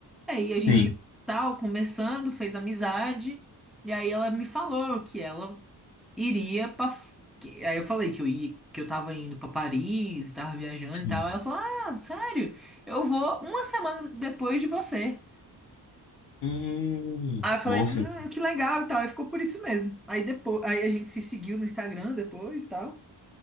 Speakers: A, in the centre; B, on the left.
A: Aí a
B: Sim,
A: gente tal, conversando, fez amizade. E aí ela me falou que ela iria pra. F- que- Aí eu falei que eu ia, que eu tava indo pra Paris, tava viajando
B: sim.
A: e tal. Aí ela falou: Ah, sério? Eu vou uma semana depois de você.
B: Hum,
A: Aí eu falei:
B: nossa,
A: Hum, que legal e tal. Aí ficou por isso mesmo. Aí depois, aí a gente se seguiu no Instagram depois e tal.